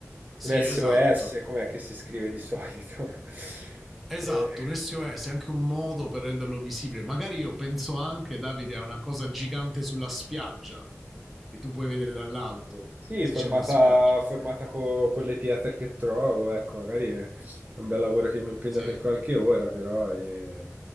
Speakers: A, in the centre; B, on the right.
A: sì,
B: un SOS,
A: esatto.
B: com'è che si scrive di solito? <laughs>
A: Esatto,
B: Eh,
A: un SOS è anche un modo per renderlo visibile. Magari io penso anche, Davide, a una cosa gigante sulla spiaggia che tu puoi vedere dall'alto,
B: Sì,
A: se
B: formata,
A: c'è una spiaggia.
B: formata co- con le pietre che trovo, ecco, magari è un bel lavoro che mi impegna
A: Sì,
B: per qualche ora, però eh,